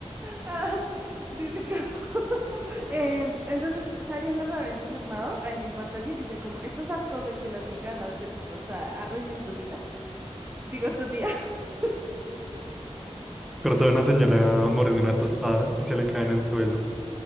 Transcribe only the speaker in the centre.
Cortó a una señora mordiendo una tostada y se le cae en el suelo.